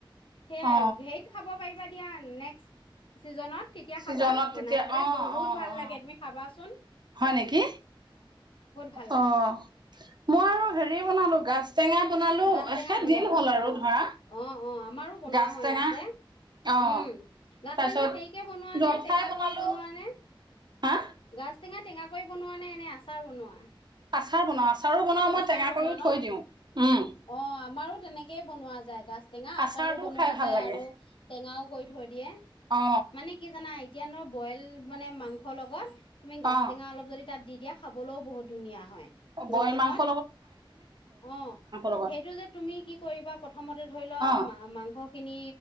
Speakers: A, on the left; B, on the right.
A: সেয়াই
B: অ
A: আও হেৰিত খাব পাৰিবা দিয়া। নেক্সট ছিজনত তেতিয়া
B: ছিজনত
A: খাবা
B: তেতিয়া
A: বনাই পেলে
B: অ
A: বহুত
B: অ
A: ভাল
B: অ
A: লাগে তুমি খাবা চোন।
B: হয় নেকি?
A: ভাল লাগে
B: অহ। মই আৰু হেৰি বনালো গাজ টেঙা বনালো
A: গাজ টেঙা
B: সেই
A: বনালা।
B: দিন হ'ল আৰু
A: অ,
B: ধৰা
A: অ, অ আমাৰো বনোৱা
B: গাজ
A: হৈ
B: টেঙা
A: আছে।
B: অ
A: উম, গাজ
B: তাৰপিছত
A: টেঙা হেৰিকে বনোৱা
B: জলফাই
A: নে টেঙা
B: বনালো
A: কৰি বনোৱা নে?
B: হা
A: গাজ টেঙা টেঙা কৰি বনোৱা নে এনে আচাৰ বনোৱা?
B: আচাৰ বনাও আচা আচাৰো বনাও মই
A: আচাৰ
B: টেঙা
A: বনোৱা
B: কৰি
A: ন
B: থৈ দিওঁ, উম।
A: অ আমাৰো তেনেকেই বনোৱা যায়। গাছ টেঙা
B: আচাৰটোও
A: আচাৰো বনোৱা
B: খাই ভাল
A: যায়
B: লাগে
A: আৰু টেঙাও কৰি থৈ দিয়ে।
B: অ
A: মানে কি জানা এতিয়া নো বইল মানে মাংস লগত তুমি গাজ
B: অ
A: টেঙা অলপ যদি তাত দি দিয়া। খাবলৈও বহুত ধুনীয়া হয়।
B: বইল
A: গৰমত
B: মাং <inaudible>
A: অ
B: লগত
A: সেইটো যে তুমি কি কৰিবা প্ৰথমতে ধৰি ল
B: অ
A: মা-মাংস খিনি